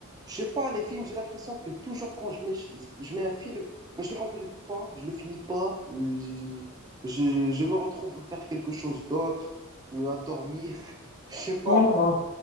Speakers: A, on the right (about 15°); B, on the left (about 45°).
A: Je sais pas, les films, j'ai l'impression que toujours quand je mets, je mets un film, bah, je le complète pas, je le finis pas. Je, je, je me retrouve à faire quelque chose d'autre, euh, à dormir. <laughs> Je sais pas,
B: Oh là là.